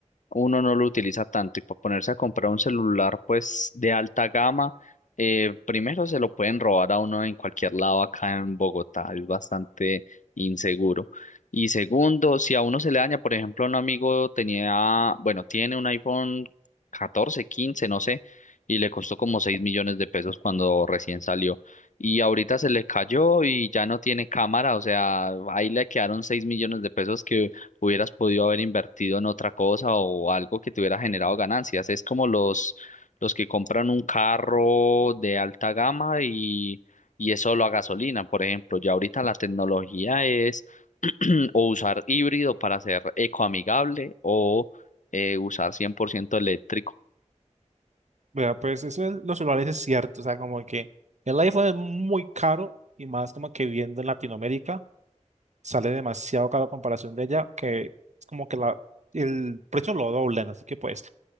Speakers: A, on the left; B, on the right.
A: uno no lo utiliza tanto y para ponerse a comprar un celular pues de alta gama, eh, primero se lo pueden robar a uno en cualquier lado acá en Bogotá, es bastante inseguro. Y segundo, si a uno se le daña, por ejemplo, un amigo tenía, bueno, tiene un iPhone 14, 15, no sé, y le costó como 6 millones de pesos cuando recién salió. Y ahorita se le cayó y ya no tiene cámara, o sea, ahí le quedaron 6 millones de pesos que hubieras podido haber invertido en otra cosa o algo que te hubiera generado ganancias. Es como los, los que compran un carro de alta gama y, y es solo a gasolina, por ejemplo. Ya ahorita la tecnología es <clears throat> o usar híbrido para ser ecoamigable o eh, usar 100% eléctrico.
B: Vea, pues eso es, los celulares es cierto, o sea, como que el iPhone es muy caro y más como que viendo en Latinoamérica, sale demasiado caro a comparación de ella, que es como que la el precio lo doblan, así que pues